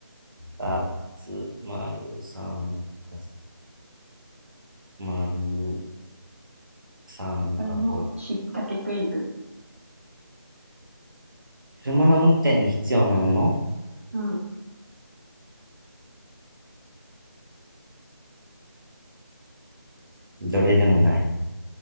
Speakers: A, on the right; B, on the right.
A: 二つ、丸、三角、丸、三角。
B: これも引っ掛けクイズ。
A: 車の運転に必要なもの
B: うん。
A: どれでもない。